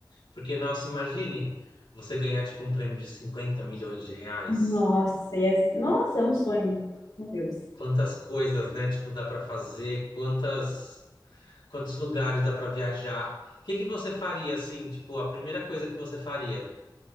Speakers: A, on the left; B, on the left.
A: Porque, nossa, imagine você ganhar, tipo, um prêmio de 50 milhões de reais.
B: Nossa, e é, nossa, é um sonho, meu Deus.
A: Quantas coisas, né? Tipo, dá pra fazer, quantas, quantos lugares dá pra viajar. O que que você faria, assim, tipo, a primeira coisa que você faria?